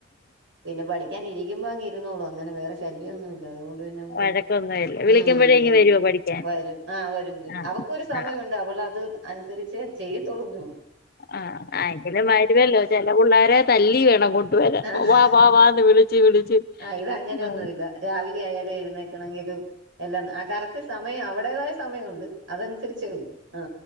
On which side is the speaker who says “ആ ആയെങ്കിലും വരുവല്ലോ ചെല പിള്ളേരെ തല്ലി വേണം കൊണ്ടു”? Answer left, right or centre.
Left